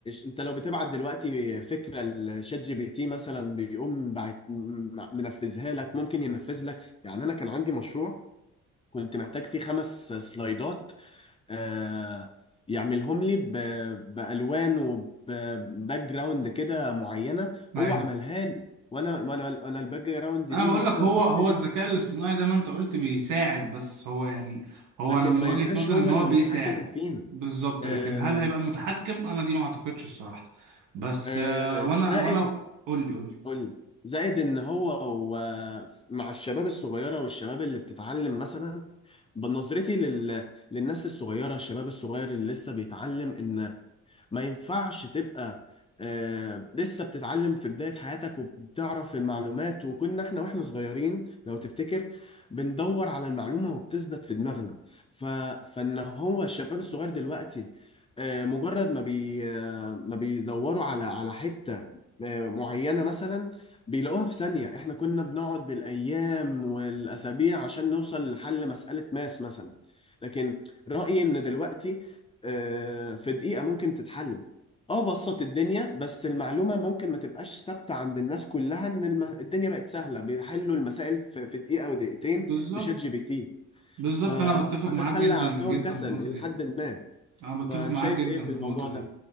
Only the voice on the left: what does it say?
انت لو بتبعت دلوقتي فكرة لشات جي بي تي مثلا بيقوم بعت... منفذها لك ممكن ينفذ لك يعني انا كان عندي مشروع كنت محتاج فيه خمس سلايدات آه يعملهم لي ب- بالوان وباك جراوند كده معينه
هو عملها لي وانا وانا وانا الباك جراوند
دي
مثلا
الخلفيه
دي
لكن
ما
يبقاش
هو
اللي
المتحكم فينا
آه
آه
زائد
قولي زائد ان هو و- مع الشباب الصغيره والشباب اللي بتتعلم مثلا بنظرتي لل... للناس الصغيره الشباب الصغير اللي لسه بيتعلم ان ما ينفعش تبقى آه لسه بتتعلم في بداية حياتك وبتعرف المعلومات وكنا احنا واحنا صغيرين لو تفتكر بندور على المعلومة وبتثبت في دماغنا ف... فان هو الشباب الصغير دلوقتي آه مجرد ما بي آه ما بيدوروا على على حتة آه معينة مثلا بيلاقوها في ثانية احنا كنا بنقعد بالأيام والأسابيع عشان نوصل لحل مسألة ماس مثلا لكن رأيي إن دلوقتي آه، في دقيقة ممكن تتحل اه بسط الدنيا بس المعلومة ممكن ما تبقاش ثابتة عند الناس كلها ان الم... الدنيا بقت سهلة بيحلوا المسائل في, في دقيقة ودقيقتين
بشات جي بي تي
ف...
فده
خلى عندهم
كسل
إلى
حد ما
فانت
شايف
ايه في
الموضوع
ده